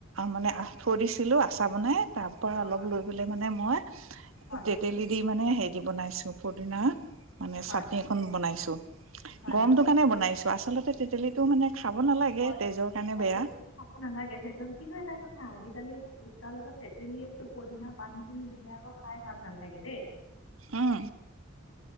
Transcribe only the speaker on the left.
হয়
হয়
হয়
হয়
হয়
হয়
অ'
তে খাব নালাগে কিন্তু এটা কথা আজিকালি আ ফুচকা লগত তেতেলী আৰু পদিনা পানীটো নি দিলে আকৌ খাই ভাল নালাগে দেই